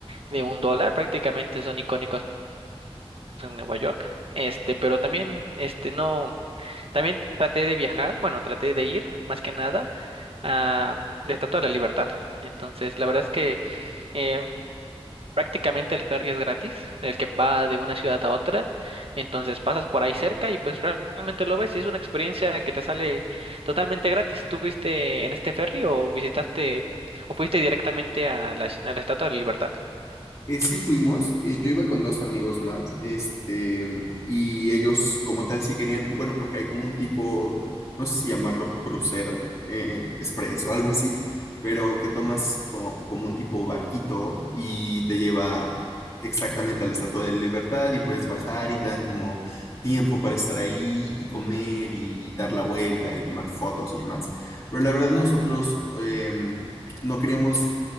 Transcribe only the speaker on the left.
Eh, sí fuimos, eh, yo iba con dos amigos más, este, y ellos como tal sí querían, bueno, porque hay como un tipo, no sé si llamarlo crucero, eh, express o algo así, pero que tomas co- como un tipo barquito y te lleva exactamente a la Estatua de Libertad y puedes bajar y te dan como tiempo para estar ahí y comer y dar la vuelta y tomar fotos y demás. Pero la verdad nosotros em, no queríamos